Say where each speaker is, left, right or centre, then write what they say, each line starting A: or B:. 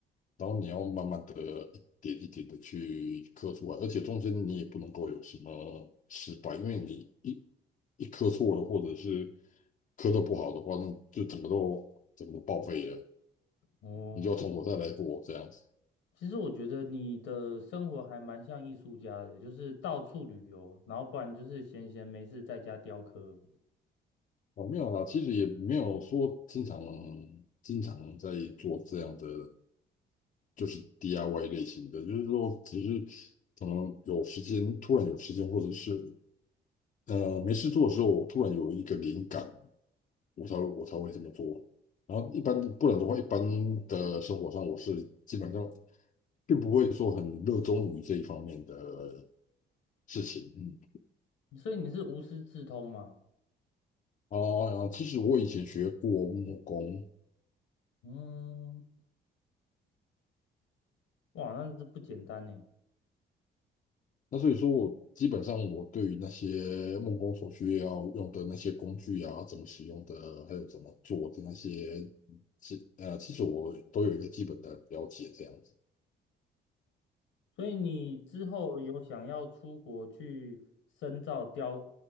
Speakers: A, on the left (about 45°); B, on the left (about 85°).
A: 然后你要慢慢的一点一点的去刻出来，而且中间你也不能够有什么失败，因为你一一刻错了，或者是刻的不好的话，那就整个都整个报废了，
B: 哦，
A: 你就要从头再来过这样子。
B: 其实我觉得你的生活还蛮像艺术家的，就是到处旅游，然后不然就是闲闲没事在家雕刻，
A: 哦，没有啦，其实也没有说经常经常在做这样的，就是 DIY 类型的，就是说只是可能有时间，突然有时间，或者是呃没事做的时候，我突然有一个灵感，我才我才会这么做。然后一般不然的话，一般的生活上我是基本上并不会说很热衷于这一方面的事情。嗯，
B: 所以你是无师自通吗？
A: 哦，其实我以前学过木工。
B: 嗯，哇，那这不简单呢。
A: 那所以说我基本上我对于那些木工所需要用的那些工具啊，怎么使用的，还有怎么做的那些基呃，其实我都有一个基本的了解这样子。
B: 所以你之后有想要出国去深造雕